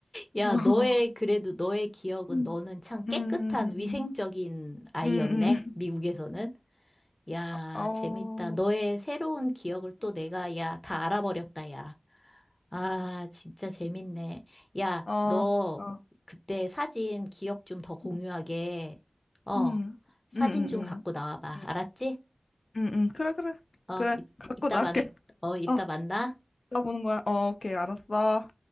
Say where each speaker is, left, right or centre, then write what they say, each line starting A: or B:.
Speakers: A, on the left; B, on the left.
A: 야,
B: <laughs>
A: 너의
B: 어.
A: 그래도 너의 기억은
B: 음.
A: 너는 참 깨끗한
B: 음, 음, 음,
A: 위생적인 아이였네.
B: 음. 음.
A: 미국에서는. 야,
B: 어,
A: 재밌다. 너의
B: 음,
A: 새로운 기억을 또 내가, 야, 다 알아버렸다, 야. 아, 진짜 재밌네. 야,
B: 어, 어,
A: 너
B: 어, 어,
A: 그때 사진 기억 좀 더 공유하게.
B: 음,
A: 어,
B: 음,
A: 사진
B: 음, 음,
A: 좀
B: 음,
A: 갖고 나와봐.
B: 음,
A: 알았지?
B: 음, 음, 그래, 그래,
A: 어,
B: 그래,
A: 이,
B: 갖고
A: 이따
B: 나올게.
A: 만, 어, 이따
B: 어,
A: 만나.
B: 나 보는 거야. 어, 오케이, 알았어.